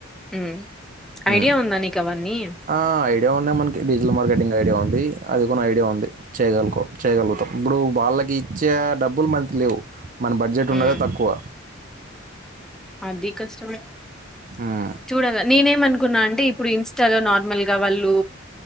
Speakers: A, in the centre; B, on the right.
A: హ్మ్.
B: హు
A: ఐడియా ఉందా నీకవన్నీ?
B: ఆ ఏ ఉన్నాయి మనకి డిజిటల్ మార్కెటింగ్ ఐడియా ఉంది అది కూడాన్న ఐడియా ఉంది చేయగలుకో చేయగలుగుతాం ఇప్పుడు వాళ్ళ నాకు ఇచ్చే డబ్బులు మనకి లేవు మన బడ్జెట్
A: హ్మ్.
B: ఉన్నదా తక్కువ
A: అది కష్ట మే
B: హ్మ్.
A: చూడాల నేనేమనుకున్నా అంటే ఇప్పుడు ఇన్స్టాలో నార్మల్ గా వాళ్ళు